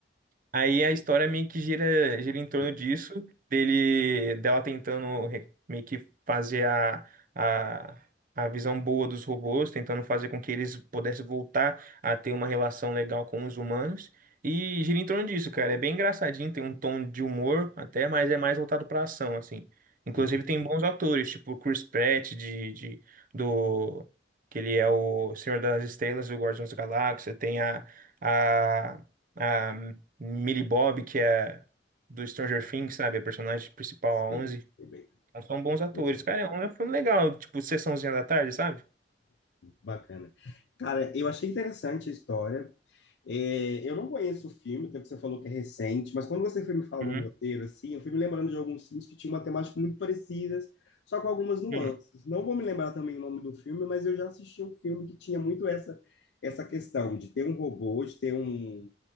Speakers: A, on the right; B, on the left.
A: Aí a história meio que gira, gira em torno
B: <laughs>
A: disso, dele, dela tentando re- meio que fazer a, a, a visão boa dos robôs, tentando fazer com que eles pudessem voltar a ter uma relação legal com os humanos. E gira em torno disso, cara. É bem engraçadinho, tem um tom de humor até, mas é mais voltado pra ação, assim. Inclusive
B: Entendi.
A: tem bons autores, tipo Chris Pratt, de, de, do, que ele é o Senhor das Estrelas do Guardiões da Galáxia. Tem a, a, a Millie Bob, que é do Stranger Things, sabe? A personagem principal,
B: Sei,
A: a onze
B: foi bem.
A: Então, são bons atores.
B: Isso,
A: Cara, é um, é um filme legal, tipo, sessãozinha da tarde, sabe?
B: Bacana. Cara, eu achei interessante a história. É, eu não conheço o filme, até que você falou que é recente, mas quando você foi me falar
A: Uhum.
B: no roteiro, assim, eu fui me lembrando de alguns filmes que tinham uma temática muito parecida, só com algumas nuances.
A: Hum,
B: Não vou me lembrar também o nome do filme, mas eu já assisti um filme que tinha muito essa essa questão de ter um robô, de ter um...